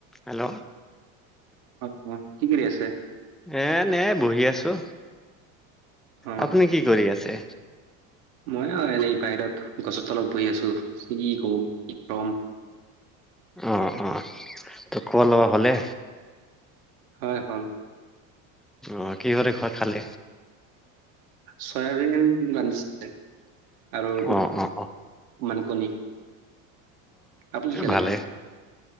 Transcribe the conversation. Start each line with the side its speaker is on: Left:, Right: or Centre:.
Centre: Hello
Right: অ অ। কি কৰি আছে?
Centre: এনেই বঢ়ি আছো।
Right: অ',
Centre: আপুনি কি কৰি আছে?
Right: মইয়ো এনেই বাহিৰত গছৰ তলত বহি আছো কি কম গৰম।
Centre: উম উম, তোক লব হ'লে
Right: হয় হ'ল।
Centre: অ কি কৰে ঘৰত খালে।
Right: চয়াবিন ৰান্ধিছিলে। আৰু
Centre: অ অ অ
Right: মানে কণী। আপুনি কি খালে?
Centre: ভালেই।